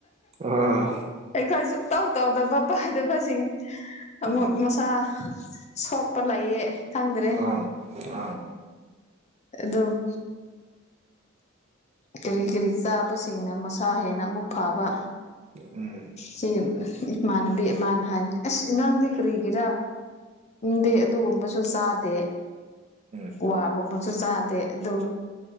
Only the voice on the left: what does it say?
ꯈꯔꯁꯨ ꯇꯧ ꯇꯧꯗꯕ ꯄꯥꯏꯗꯕꯁꯤꯡ ꯑꯃꯨꯛ
ꯆ ꯁꯣꯛꯄ ꯂꯩꯌꯦ ꯈꯪꯗ꯭ꯔꯦ
ꯗꯣ ꯀꯔꯤ ꯀꯔꯤ ꯆꯥꯕꯁꯤꯡꯅ ꯃꯁꯥ ꯍꯦꯟꯅ ꯑꯃꯨꯛ ꯐꯥꯕ
ꯁꯤ ꯏꯃꯥꯟꯅꯕꯤ ꯏꯃꯥꯟꯅ ꯍꯥꯏꯕꯅꯤ ꯑꯁ ꯅꯪꯗꯤ ꯀꯔꯤꯒꯤꯔꯥ ꯗꯤꯦ ꯑꯗꯨꯒꯨꯝꯕꯁꯨ ꯆꯥꯗꯦ
ꯋꯥꯒꯨꯝꯕꯁꯨ ꯆꯥꯗꯦ ꯑꯗꯨ